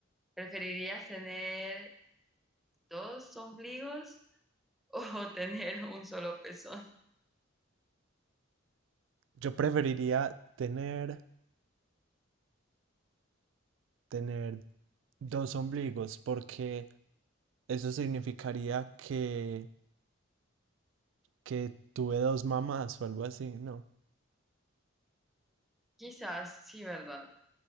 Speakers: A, in the centre; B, on the right.
A: ¿Preferirías tener dos ombligos o <laughs> tener un solo pezón?
B: Yo preferiría tener, tener dos ombligos porque eso significaría que, que tuve dos mamás o algo así, ¿no?
A: Quizás, sí, ¿verdad?